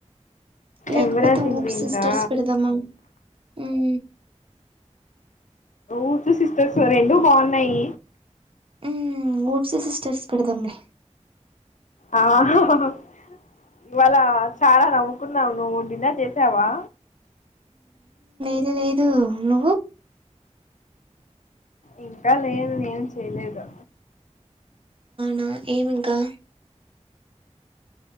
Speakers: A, on the right; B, on the left.
A: లేకపోతే
B: ఎంబరాసింగ్
A: ఊప్
B: క్వీన్సా
A: సిస్టర్స్ పెడదామ ఉమ్
B: ఊతూ సిస్టర్స్ ఇవి రెండూ బాగున్నాయి.
A: ఉ ఊప్సీ సిస్టర్స్ పెడదాంలే
B: ఆ హా హా హా ఇవాళ చాలా నవ్వుకున్నావు నువ్వు డిన్నర్ చేసావా
A: ఏ లేదు నువ్
B: ఇంకా లేదు నేను చేయలేదు
A: నా ఏమి ఇంకా